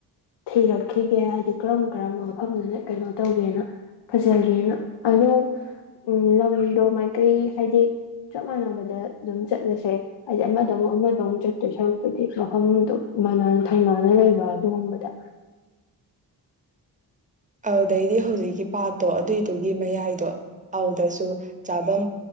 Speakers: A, on the left; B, on the right.
A: ꯊꯤꯔꯛꯈꯤꯒꯦ ꯍꯥꯏꯗꯤ ꯀꯔꯝ ꯀꯔꯝꯕ ꯃꯐꯝꯗꯅ ꯀꯩꯅꯣ ꯇꯧꯒꯦꯅ ꯐꯖꯒꯦꯅ ꯑꯗꯣ ꯎꯝ ꯂꯝꯗꯣ ꯃꯥꯏꯀꯩ ꯍꯥꯏꯗꯤ ꯆꯞ ꯃꯥꯟꯅꯕꯗ ꯑꯗꯨꯝ ꯆꯠꯂꯁꯦ ꯍꯥꯏꯗꯤ ꯑꯃꯗꯃꯨꯛ ꯑꯃꯗꯃꯨꯛ ꯆꯠꯇꯣꯏ ꯁꯔꯨꯛꯄꯗꯤ ꯃꯐꯝꯗꯣ ꯃꯥꯟꯅ ꯊꯩꯃꯥꯟꯅꯅ ꯂꯩꯕ ꯑꯗꯨꯒꯨꯝꯕꯗ
B: ꯑꯧꯗꯩꯗꯤ ꯍꯧꯖꯤꯛꯀꯤ ꯄꯥꯠꯇꯣ ꯑꯗꯨꯏꯗꯨꯒꯤ ꯃꯌꯥꯏꯗꯣ ꯑꯧꯗꯁꯨ ꯆꯥꯕꯝ